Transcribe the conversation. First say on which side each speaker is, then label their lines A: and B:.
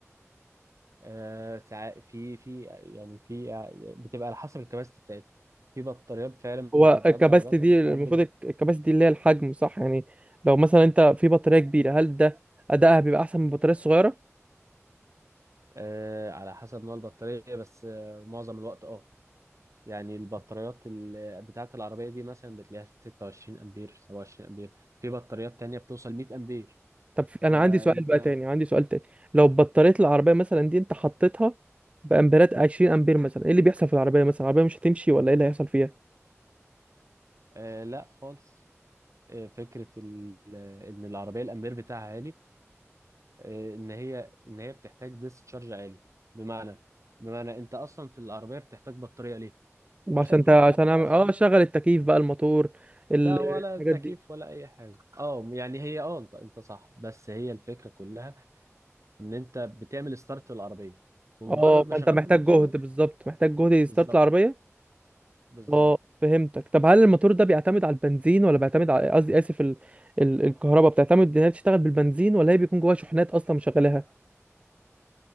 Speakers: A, on the right; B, on the right.
A: آه، ساع- في في يعني في بتبقى على حسب الكباستي بتاعتها في بطاريات فعلا
B: هو
A: بتبقى
B: الكباستي
A: قد عربيات
B: دي
A: ال-
B: المفروض
A: قد
B: الك- الكباستي اللي هي الحجم صح يعني لو مثلا انت في بطارية كبيرة هل ده ادائها بيبقى احسن من البطارية الصغيرة
A: آه على حسب نوع البطارية بس آه معظم الوقت اه يعني البطاريات ال- بتاعة العربية دي مثلا بتلاقيها 26 أمبير 27 أمبير في بطاريات تانية بتوصل 100 أمبير
B: طب في-
A: فأنت
B: انا عندي سؤال بقى تاني عندي سؤال تاني لو بطارية العربية مثلا دي انت حطيتها بامبيرات 20 امبير مثلا ايه اللي بيحصل في العربية مثلا العربية مش هتمشي ولا ايه اللي هيحصل فيها
A: آه لا خالص آه فكرة ال- آه، إن العربية الأمبير بتاعها عالي آه، ان هي ان هي بتحتاج ديسشارج عالي بمعنى بمعنى انت اصلا في العربيه بتحتاج بطاريه ليه عشان
B: عشان انت
A: حاجه
B: عشان
A: واحده
B: اعمل
A: عشان
B: اه شغل التكييف بقى الموتور ال-
A: لا ولا
B: الحاجات
A: تكييف
B: دي
A: ولا اي حاجه اه يعني هي اه انت انت صح بس هي الفكره كلها ان انت بتعمل ستارت للعربيه بمجرد
B: اه
A: ما
B: فانت
A: شغلت
B: محتاج
A: الموتور
B: جهد بالظبط محتاج جهد يستارت
A: بالظبط
B: العربية
A: بالظبط
B: اه فهمتك طب هل الموتور ده بيعتمد على البنزين ولا بيعتمد على قصدي اسف ال... ال... الكهرباء بتعتمد ان هي بتشتغل بالبنزين ولا هي بيكون جواها شحنات اصلا مشغلاها